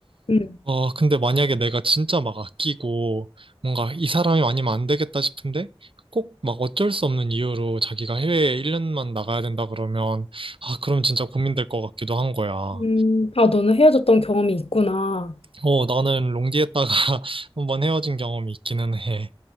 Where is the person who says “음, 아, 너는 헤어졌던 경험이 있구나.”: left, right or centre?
Left